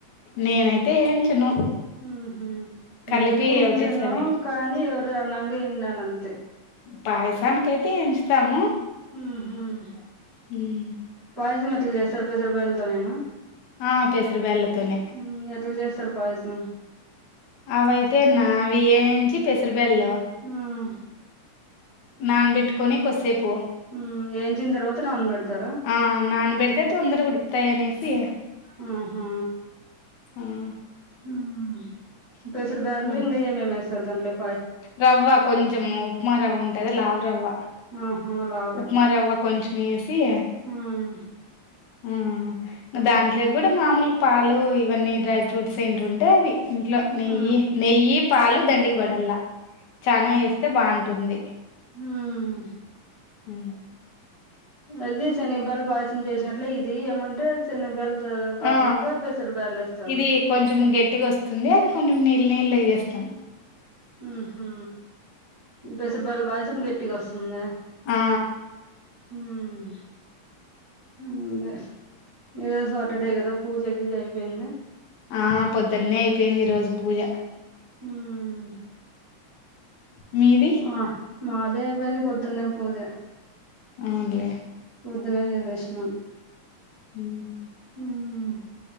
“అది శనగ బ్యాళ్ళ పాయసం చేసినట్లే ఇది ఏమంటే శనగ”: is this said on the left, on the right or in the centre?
Right